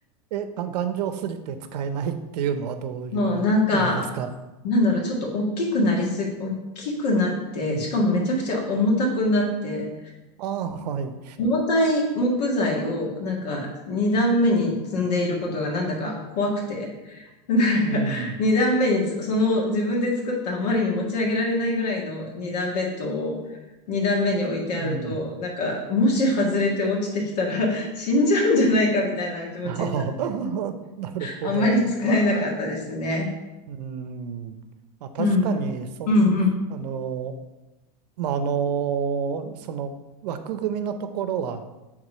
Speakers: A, on the right; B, on the left.
A: え、が頑丈すぎて使えないっていうのはどういう意味ですか
B: <laughs> もうなんか、なんだろう、ちょっと大きくなりすぎ、大きくなって、
A: うん。
B: しかもめちゃくちゃ重たくなって、
A: ああ、はい。
B: 重たい木材をなんか二段目に積んでいることがなんだか怖くて、<laughs> なんか
A: うん、
B: 二段目につその自分で作ったあまりに持ち上げられないぐらいの二段ベッドを二段目に置いてあると、
A: うん。
B: なんかもし外れて落ちてきたら <laughs> 死んじゃうんじゃないかみたいな気持ちになる。
A: ああ <laughs> なるほど。
B: あんまり使えなかったですね。
A: うん。まあ、確かに、
B: うん、
A: そん、
B: うん、うん、
A: あの、まあ、あのその枠組みのところは、